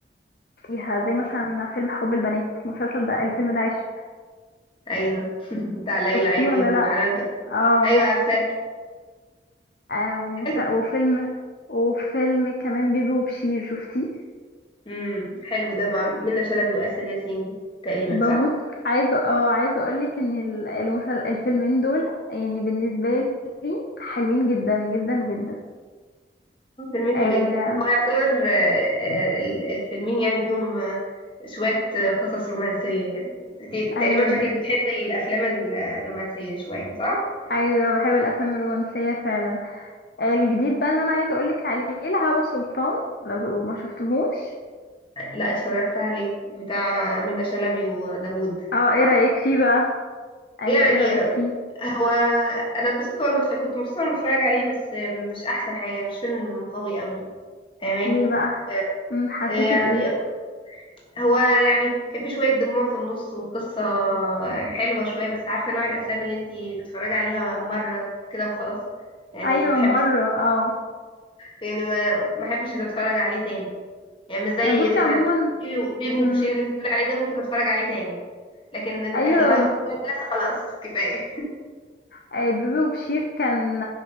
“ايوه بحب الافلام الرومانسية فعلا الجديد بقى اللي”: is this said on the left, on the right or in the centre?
Left